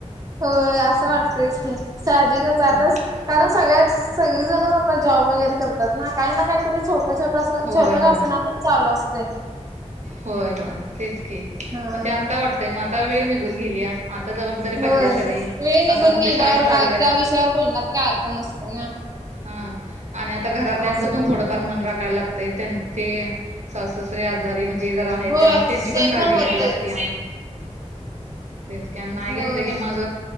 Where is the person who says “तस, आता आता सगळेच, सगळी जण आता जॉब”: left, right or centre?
Right